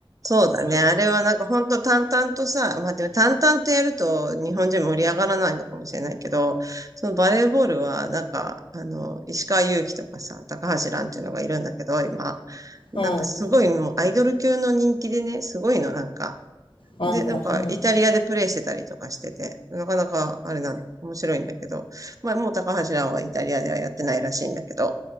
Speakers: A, on the right; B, on the left.
A: そうだね。あれはなんか本当淡々とさ、まあでも淡々とやると日本人盛り上がらないのかもしれないけど、そのバレーボールはなんか、あの、石川祐希とかさ、高橋藍っていうのがいるんだけど、今。
B: うん、
A: なんかすごいもうアイドル級の人気でね、すごいのなんか。
B: うん、
A: で、なんかイタリアでプレイしてたりとかしてて、
B: うん、
A: なかなかあれなん面白いんだけど、まあもう高橋藍はイタリアではやってないらしいんだけど、